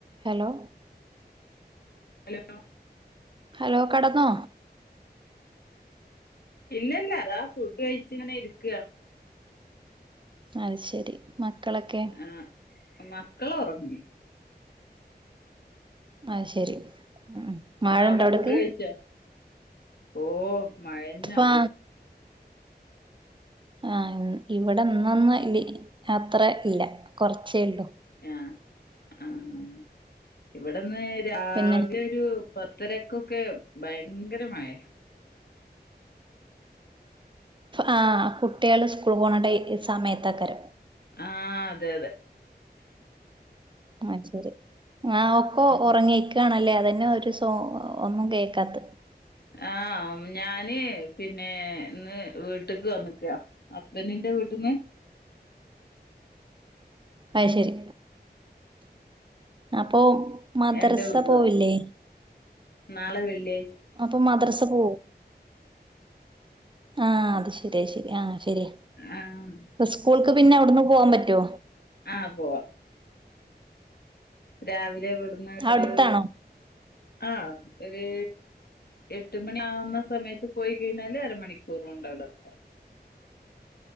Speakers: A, on the right (about 30°); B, on the left (about 65°).
A: Hello
B: hello
A: hello കടന്നോ?
B: ഇല്ലല്ല ഇതാ ഫുഡ് കഴിച്ച ഇങ്ങനെ ഇരിക്ക
A: അത് ശരി മക്കളൊക്കെ?
B: ആഹ് മക്കളൊറങ്ങി
A: അത് ശരി ഉം മഴണ്ടോ
B: അവിടെ
A: അവിടക്ക്
B: ഫുഡ് കഴിച്ചോ? ഓ മഴന്നെ
A: ഇപ്പാ
B: ഉള്ളു
A: ആഹ് ഇവിടെ ഇന്നൊന്നും ഇ അത്ര ഇല്ല കുറച്ചേള്ളൂ
B: ആഹ് ആഹ് ഇവിടെന്ന് രാവിലെ
A: പിന്നെ
B: ഒരു പത്തരക്കൊക്കെ ഭയങ്കര മയ
A: ആഹ് കുട്ടികൾ സ്കൂൾ പോകണ ടൈ സമയതെക്കാരം
B: ആഹ് അതെ അതെ
A: ആഹ് ശരി ആ ഒക്കെ
B: ഉം
A: ഒറങ്ങിക്കാണല്ലേ അതന്നെ ഒരു സോ ഒന്നും കേക്കാത്ത
B: ആഹ്ഞാന് പിന്നെ ഇന്ന് വീട്ട്ക്ക് വന്ന്ക്കാ ഹസ്ബൻറിന്റെ വീട്ട്ന്ന്
A: അത് ശരി അപ്പൊ മദ്രസ
B: എന്റെ വീട്ടിക്ക്
A: പോവില്ലേ
B: വന്നാക്കാ നാളെ വെള്ളി
A: അപ്പം മദ്രസ പോവും ആഹ് അത് ശരിയ അത്ശരി ആഹ് ശരിയാ
B: ആഹ്
A: സ്കൂൾക്ക് പിന്നെ അവിടുന്ന് പോവാൻ പറ്റോ
B: ആഹ് പോവാ രാവിലെ ഇവടുന്ന്
A: അടുത്താണോ
B: ഒരു ആഹ് ഒരു എട്ട് മണി ആവുന്ന സമയത്ത് പോയി കഴിഞ്ഞാല് അരമണിക്കൂറോണ്ട് അവിടെത്താ